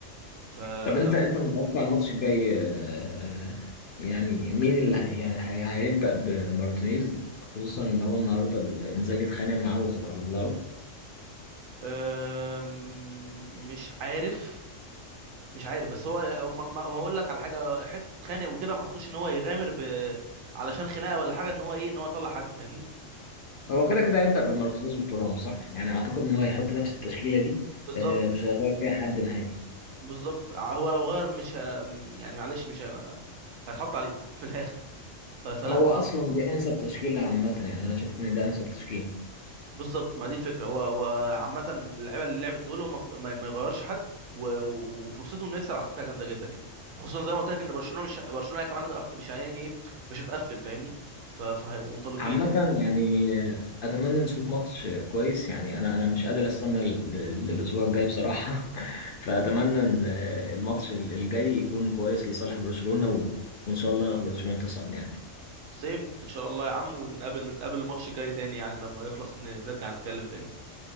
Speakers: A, on the right; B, on the left.
A: ف
B: طب انت انت
A: لو-
B: متوقع الماتش الجاي آه، يعني مين اللي هي يعني هي هيبدأ بمارتينيز خصوصا ان هو النهارده ال- انزاجي اتخانق معاه وطلعه
A: آم، مش عارف مش عارف بس هو هو ما ما- ما هقول لك على حاجه حته اتخانق وكده ما اعتقدش ان هو يغامر ب... علشان خناقه ولا حاجه ان هو ايه ان هو يطلع حد فاهمني
B: هو
A: ف-
B: كده كده هيبدأ بمارتينيز وتورام صح يعني اعتقد ان هو هيحط نفس التشكيلة دي
A: بالظبط
B: آه، مش هيغير فيها حد نهائي
A: بالظبط ع- هو لو غير مش ه... يعني معلش مش ه... هتحط عليه <laughs> في الاخر ف... فلا
B: هو
A: ما...
B: اصلا
A: ما...
B: دي انسب تشكيلة عامة يعني انا شايف ان ده انسب تشكيلة
A: بالظبط ما دي الفكره هو هو عامه اللعيبه اللي لعبت دول هو ما... ك- ما ما يغيرش حد و... و- وفرصته انه يكسب على فكره جامده جدا يعني خصوصا زي ما قلت لك ان برشلونه مش برشلونه كمان هتقف... مش يعني ايه مش هتقفل فاهمني ف... فهيبقوا منطلقين
B: عامة
A: يعني
B: يعني أتمنى نشوف ماتش كويس يعني أنا أنا مش قادر أستنى لل- لل- للأسبوع الجاي بصراحة <laughs> فأتمنى إن الماتش الجاي يكون كويس لصالح برشلونة و... وإن شاء الله برشلونة تصعد يعني
A: سيم ان شاء الله يا عم ونقابل نتقابل الماتش الجاي تاني يعني لما يخلص ن... نرجع نتكلم تاني